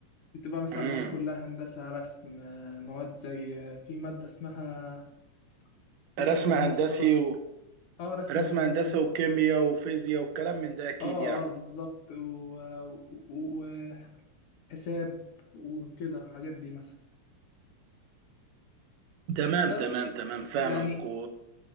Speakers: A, on the left (about 70°); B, on the right (about 75°).
A: بتبقى مثلا
B: امم
A: مواد كلها هندسه رسم آه، مواد زي آه، في ماده اسمها فاكر
B: رسم
A: اسمها
B: هندسي
A: الصراحه
B: و...
A: اه رسم
B: رسم
A: هندسي
B: هندسي وكيمياء وفيزياء والكلام من ده اكيد
A: اه
B: يعني
A: اه بالظبط و- و- وحساب وكده الحاجات دي مثلا
B: تمام
A: بس
B: تمام تمام فاهمك
A: يعني
B: و...